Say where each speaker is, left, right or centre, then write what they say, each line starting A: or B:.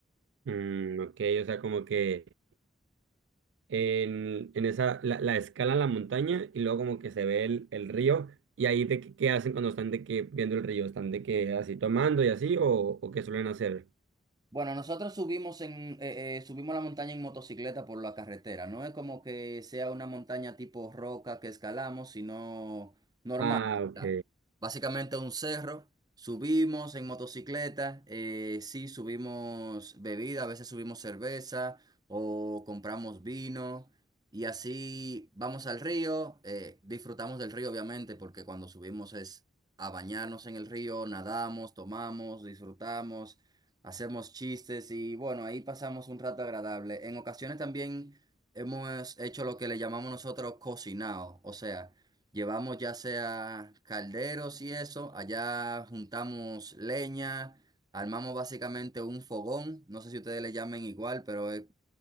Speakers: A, on the right; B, on the right.
A: Mm, ok, o sea, como que en, en esa, la, la escala la montaña y luego como que se ve el, el río y ahí de que- qué hacen cuando están de que viendo el río, están de que así tomando y así o, o qué suelen hacer.
B: Bueno, nosotros subimos en eh, eh, subimos la montaña en motocicleta por la carretera. No es como que sea una montaña tipo roca que escalamos, sino normal.
A: Ah,
B: o
A: ok.
B: sea, Básicamente un cerro. Subimos en motocicleta. eh, sí, subimos bebida, a veces subimos cerveza o compramos vino. Y así vamos al río. eh, disfrutamos del río, obviamente, porque cuando subimos es a bañarnos en el río, nadamos, tomamos, disfrutamos hacemos chistes y bueno, ahí pasamos un rato agradable. En ocasiones también hemos hecho lo que le llamamos nosotros cocinado, o sea, llevamos ya sea calderos y eso, allá juntamos leña, armamos básicamente un fogón, no sé si ustedes le llamen igual, pero eh,